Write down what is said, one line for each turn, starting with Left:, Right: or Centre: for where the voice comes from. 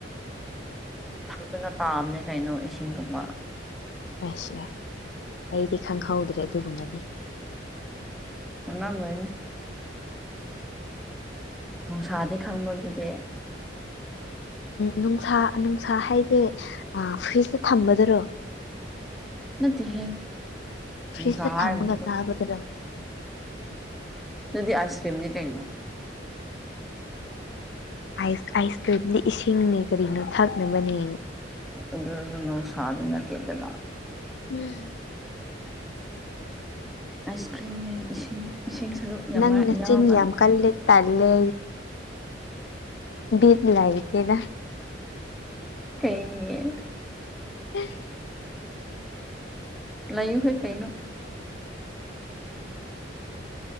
Centre: ꯊꯛꯇꯅ ꯇꯥꯑꯝꯅꯦ ꯀꯩꯅꯣ ꯏꯁꯤꯡꯒꯨꯝꯕ
Left: ꯌꯥꯁꯨ ꯌꯥꯏ ꯑꯩꯗꯤ ꯈꯪꯍꯧꯗ꯭ꯔꯦ ꯑꯗꯨꯒꯨꯝꯕꯗꯤ
Centre: <unintelligible> ꯅꯨꯡꯁꯥꯗꯤ ꯈꯪꯕꯗꯨꯗꯤ
Left: ꯅꯨꯡꯁꯥ ꯅꯨꯡꯁꯥ ꯍꯥꯏꯗꯤ ꯐ꯭ꯔꯤꯖꯇ ꯊꯝꯕꯗꯔꯣ
Centre: ꯅꯠꯇ ꯍꯦ
Left: ꯐ꯭ꯔꯤꯖꯇ
Centre: ꯁꯍꯥꯏꯔ
Left: ꯊꯝꯃꯒ ꯆꯥꯕꯗꯨꯔꯣ
Centre: ꯑꯗꯨꯗꯤ ꯑꯥꯏꯁ ꯀ꯭ꯔꯤꯝꯅꯦ ꯀꯩꯅꯣ
Left: ꯑꯥꯏꯁ ꯑꯥꯏꯁ ꯀ꯭ꯔꯤꯝꯗ ꯏꯁꯤꯡꯅꯤ ꯀꯔꯤꯅꯣ ꯊꯛꯅꯕꯅꯦ
Centre: ꯑꯗꯨ ꯅ ꯁꯥꯅꯠꯇꯗꯅ
Left: ꯎꯝ
Centre: ꯑꯥꯏꯁ ꯀ꯭ꯔꯤꯝꯅꯤ ꯏꯁꯤꯡ ꯏꯁꯤꯡ ꯁꯔꯨꯛ ꯌꯥꯝ
Left: ꯅꯪꯅ
Centre: ꯌꯥꯎꯕ
Left: ꯆꯤꯟ ꯌꯥꯝ ꯀꯜꯂꯦ ꯇꯜꯂꯦ ꯔ ꯂꯥꯏꯗꯦꯗ
Centre: ꯀꯩꯅꯦ
Left: <inaudible>
Centre: ꯂꯩꯌꯨ ꯍꯣꯏ ꯀꯩꯅꯣ